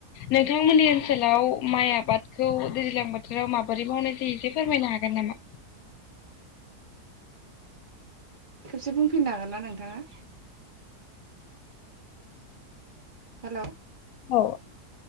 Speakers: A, on the left; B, on the right.
A: नोंथांमोननि ओनसोलाव माइ आबादखौ दैज्लां बोथोराव माबोरै मावनाय जायो जे फोरमायनो हागोन नामा
B: खेबसे बुंफिननो हागोन ना नोंथाङा? हेल'
A: औ